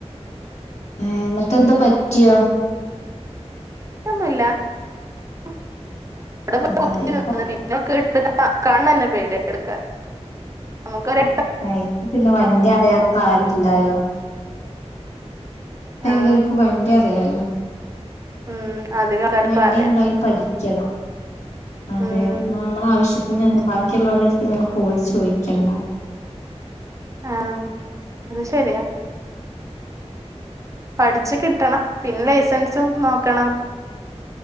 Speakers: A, on the left; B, on the right.
A: ഏഹ് ഇന്ന്ട്ട് എന്തെ പറ്റിയോ
B: പറ്റ്യൊന്നൂല <unintelligible> <unintelligible>
A: ആ ആ ഇപ്പൊ
B: കാൺന്നെ പേടിയാ ഇട്ക്കാൻ നമുക്കൊര്
A: ആ പിന്നെ വണ്ടി അറിയാത്ത ആരല്ലല്ലോ. ഇപ്പ
B: ആഹ്
A: എല്ലാവർക്കും വണ്ടി അറിയാലോ
B: ഉം അധികം ആൾക്കാർക്കും
A: വണ്ടി
B: അറിയാം
A: എന്തായാലും പഠി ക്കണം അതെ
B: ഉം
A: നമ്മള ആവശ്യത്തിന് തന്നെ ബാക്കിയുള്ളവരടുത്ത് ഇങ്ങനെ പോയി ചോദിക്കണ്ട
B: ആഹ് അത് ശരിയാ പഠിച്ച് കിട്ടണം പിന്നെ ലൈസൻസും നോക്കണം